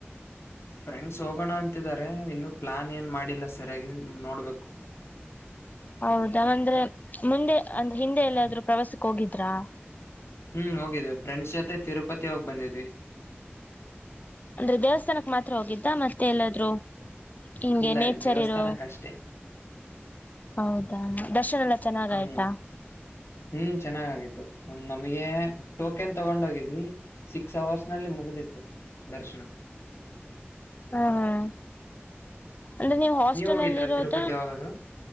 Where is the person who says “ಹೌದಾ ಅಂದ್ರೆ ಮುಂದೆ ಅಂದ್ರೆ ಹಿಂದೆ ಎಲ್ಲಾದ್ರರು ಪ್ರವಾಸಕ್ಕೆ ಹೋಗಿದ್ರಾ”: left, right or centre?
Left